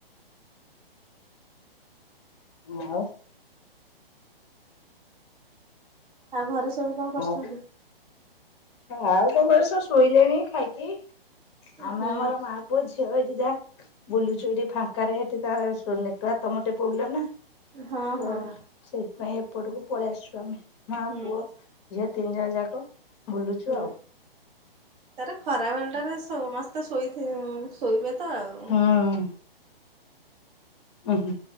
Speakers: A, on the left; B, on the right.
A: ଆଉ
B: ଆଉ ଘରେ ସବୁ କଣ କରୁଛନ୍ତି
A: ଆଉ ଆଉ କଣ ସବୁ ଶୋଇଲେଣି ଖାଇକି ଆମେ
B: ହୁଁ।
A: ଆମର ମା ପୁଅ ଅଛି ଏଠି ଯା ବୁଲୁଛୁ ଫାଙ୍କା ହେଠି ତାର ସୋଲ୍ଲନେଟ୍‌ ୱ। ରକ୍ ତମ ଟେ ପ୍ରୋବ୍ଲେ ନା
B: ହଁ
A: କ
B: ହଁ।
A: ସେଇଥିପାଇଁ ଏପଟକୁ ପଳେଇ ଆସିଛୁ ଆମେ ମା
B: ହୁଁ
A: ପୁଅ ଯେ ତିନି ଜଣ ଯାକ ବୁଲୁଛୁ
B: ହୁଁ ତାର ଖରା ବେଳ ଟାରେ ସମସ୍ତେ ଶୋଇବେ ତ ଆଉ।
A: ହଁ ଉଁହୁଁ।